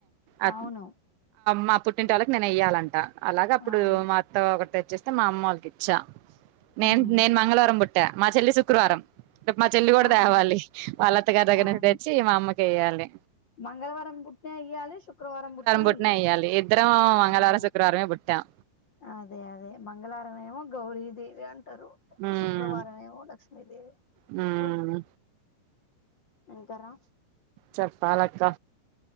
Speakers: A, on the right; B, on the left.
A: అ
B: అవును
A: మా పుట్ <unintelligible> ఇటోలకి నేను వెయ్యాలంటన అలాగ అప్పుడు
B: అవును
A: మా అత్త ఒకటి వచ్చేస్తే మా అమ్మ వాళ్ళకి ఇచ్చా నేన్
B: ఉమ్
A: నేన్ మంగళవారం ముుట్ మా చెల్లి శుక్రవారం మా చెల్లి కూడా
B: ఆహా
A: తేవాలి వాళ్ళ. అత్తగారి దగ్గర
B: అవును
A: తెచ్చి మా అమ్మకి చేయాలి
B: మంగళవారం పుట్టినే ఏయ్యాలి శుక్రవారం పుతృణ
A: పుట్టిన
B: ఏయ్యాలి
A: ఎయ్యాలి ఇద్దరం మంగళవారం
B: ఆహా
A: శుక్రవారమే పుట్టాం
B: అదే అదే మంగవారమేమో గౌరి దవే <unintelligible>
A: ఉమ్
B: శుక్రవారం ఏమో లక్ష్మీదేవివ
A: ఉమ్
B: అంకారా
A: చెప్పా లక్క